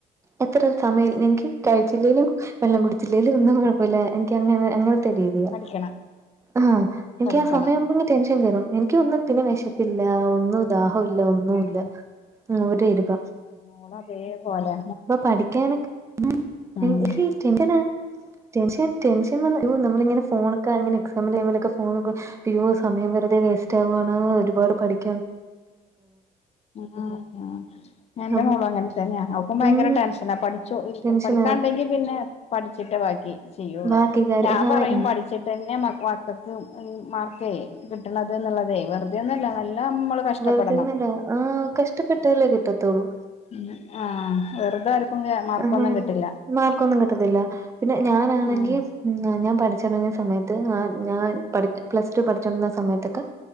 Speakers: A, on the right; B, on the left.
A: എത്ര സമയം എനിക്ക് കഴിച്ചില്ലെലും വെള്ളംകുടിച്ചിലേലും ഒന്നും കുഴപ്പമില്ല എനിക്ക് അങ്ങനെ അങ്ങനെ <unintelligible>
B: പഠിക്കണം
A: ആഹ് എനിക്ക്
B: പഠിക്കണം
A: ആ സമയം ടെൻഷൻ കേറും എനിക്കൊന്നും പിന്നെ വിശപ്പില്ല ഒന്നും ദാഹവും ഇല്ല ഒന്നും
B: ആഹ്
A: ഇല്ല നൂര ഇരുപ
B: നമ്മളതേപോലെ
A: അപ്പൊ പഠിക്കാനൊക്കെ <unintelligible>
B: ഉം
A: എങ്ങനാ ടെൻഷൻ ടെൻഷൻ വന്ന് യ്യോ നമ്മള് ഇങ്ങനെ പോണ് <unintelligible> എക്സാം ടൈമിലൊക്കെ പോണത് അയ്യോ സമയം വെുതെ വേസ്റ്റാവാണോ ഒരുപാട് പഠിക്ക
B: ആഹ്‌ ആഹ്‌ എന്റെ
A: അപ്പൊ
B: മോള് അങ്ങനെ തന്നെയാ അവൾക്കും ഭയങ്കര
A: ഉം
B: ടെൻഷനാ പഠിച്ചു
A: ടെൻഷനാ
B: പഠിക്കാനൊണ്ടെങ്കി പിന്നെ പഠിച്ചിട്ട് ബാക്കി ചെയ്യുള്ളൂ
A: ബാക്കി കാര്യം
B: ഞാൻ
A: ആഹ്
B: പറയും പഠിച്ച വെച്ചിട്ട് തന്നെ മക്കൾക്ക് ഈ മാർക്കേ കിട്ടണത് എന്നുള്ളതേ വെറുതെ ഒന്നു അല്ല നല്ല നമ്മള് കഷ്ടപ്പെടണം
A: വെറുതെന്നല്ല ആഹ് കഷ്ടപ്പെട്ടതല്ലേ കിട്ടത്തോളൂ
B: ഉം ആഹ് വെറുതെ ആർക്കും മാർക്കൊന്നും
A: ആഹ്
B: കിട്ടില്ല
A: മാർക്കൊന്നും കിട്ടത്തില്ല പിന്നെ ഞാനാണെങ്കിൽ
B: ഉം
A: ഉം ഞാൻ പഠിച്ച് തുടങ്ങിയ സമയത്ത് ഞാൻ ഞാൻ പഠി ച്ച പ്ലസ് ടു പഠിച്ചോണ്ടിരുന്ന സമയത്തൊക്കെ